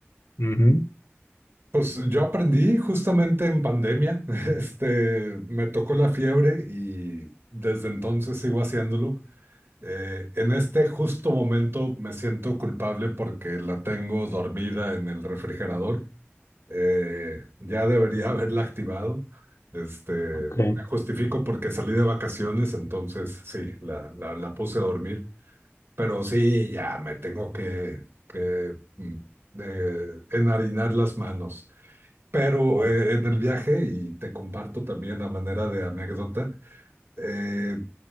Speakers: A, on the left (about 85°); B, on the right (about 55°).
A: Ujú,
B: Pues yo aprendí justamente en pandemia, <laughs> este, me tocó la fiebre y desde entonces sigo haciéndolo. Eh, en este justo momento me siento culpable porque la tengo dormida en el refrigerador. Eh, ya debería <laughs> haberla activado. Este,
A: Ok,
B: me justifico porque salí de vacaciones, entonces sí, la, la, la puse a dormir. Pero sí, ya me tengo que, que mm, eh, enharinar las manos. Pero
A: Ujú.
B: eh, en el viaje, y te comparto también a manera de anécdota, eh,